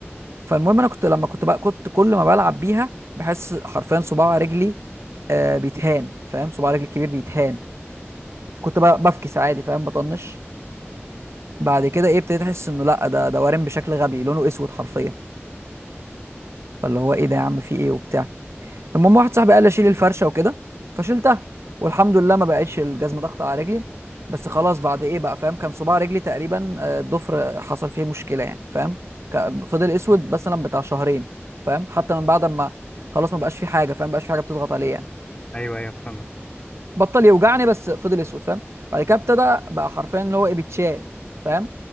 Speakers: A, on the right; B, on the left.
A: فالمهم انا كنت لما كنت بقى كنت كل ما بلعب بيها بحس حرفيا صباع رجلي آه بيتهان فاهم صباع رجلي الكبير بيتهان كنت بقى بفكس عادي فاهم بطنش بعد كده ايه ابتديت احس انه لا ده ده وارم بشكل غبي لونه اسود حرفيا فاللي هو ايه ده يا عم في ايه وبتاع المهم واحد صاحبي قال لي اشيل الفرشه وكده فشيلتها والحمد لله ما بقتش الجزمه ضغط على رجلي بس خلاص بعد ايه بقى فاهم كان صباع رجلي تقريبا آه، الضفر حصل فيه مشكله يعني فاهم ك- فضل اسود مثلا بتاع شهرين فاهم حتى من بعد ما خلاص ما بقاش فيه حاجه فاهم ما بقاش فيه حاجه بتضغط عليه يعني
B: ايوه ايوه فهمك
A: بطل يوجعني بس فضل اسود فاهم بعد كده ابتدى بقى حرفيا اللي هو ايه بيتشال فاهم